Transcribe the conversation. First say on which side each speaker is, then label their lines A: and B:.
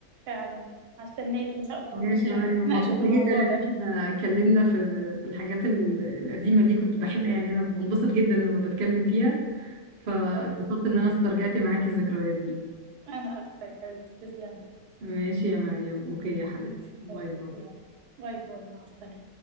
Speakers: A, on the right (about 75°); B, on the right (about 60°).
A: فعلا هستناكي ان شاء الله
B: ماشي
A: ن-
B: يا مريم
A: نتناقشوا
B: انبسطت
A: في الموضوع
B: جدا ان
A: ده
B: احنا اتكلمنا في في الحاجات ال- القديمة دي كنت بحب يعني انا بنبسط جدا لما بتكلم فيها فاتبسطت
A: ايوه
B: ان انا استرجعت معاكي الذكريات دي
A: انا اكتر يا حبيبتي تسلمي
B: ماشي يا مريم اوكي يا حبيبتي باي
A: أوكي،
B: باي
A: يلا باي باي مع السلامة